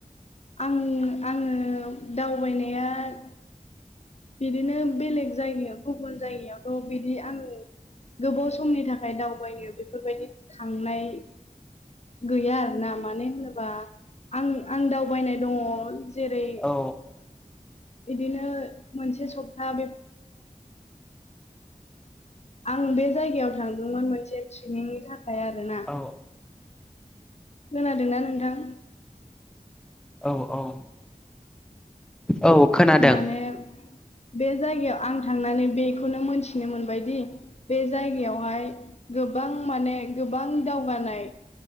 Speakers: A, on the left; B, in the centre.
A: आं आङो दावबायनाया- बिदिनो बेलेग जायगायावथ' गुबुन जायगायावथ' बिदि आङो- गोबाव समनि थाखाय दावबायो बेफोरबायदि थांनाय- गैया आरोना माने होनोबा आं आं दावबायनाय दङ- जेरै-
B: औ
A: बिदिनो मोनसे सप्ता बे,, आं बे जायगायाव थांगदोंमोन मोनसे ट्रेनिंनि थाखाय आरोना-
B: औ
A: खोनादोंनाा नोंथां?
B: औ! औ! औ खोनादों!
A: माने बे जायगायाव आं थांनानै बेखौनो मोनथिनो मोनबायदि बे जायगायावहाय- गोबां माने गोबां दावगानाय